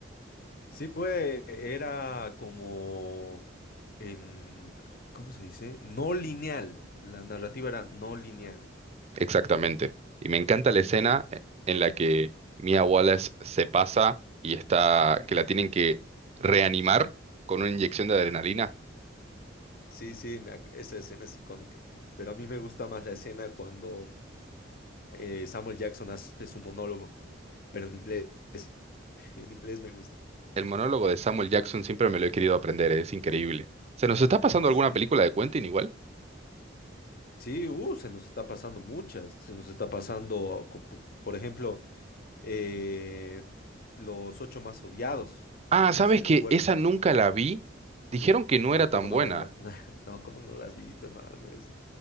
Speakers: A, on the left; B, on the right.
A: Sí, pues era como En, ¿cómo se dice? No lineal. La narrativa era no lineal.
B: Exactamente. Y me encanta la escena
A: Sí,
B: eh, en la que Mia Wallace se pasa y está, que la tienen que reanimar con una inyección de adrenalina.
A: sí, sí, me ac- esa escena es icónica. Pero a mí me gusta más la escena cuando eh, Samuel Jackson hace su monólogo, pero en inglés. <laughs> En inglés me gusta.
B: El monólogo de Samuel Jackson siempre me lo he querido aprender, es increíble. ¿Se nos está pasando
A: Sí.
B: alguna película de Quentin igual?
A: Sí, uh, se nos está pasando muchas, se nos está pasando, co- po- por ejemplo, eh, los ocho más odiados,
B: Ah,
A: no sé
B: ¿sabes
A: si recuerdas.
B: que Esa nunca la vi. Dijeron que no
A: No,
B: era tan
A: cómo no
B: buena.
A: la, <laughs> no, cómo no la has visto, hermano. Es,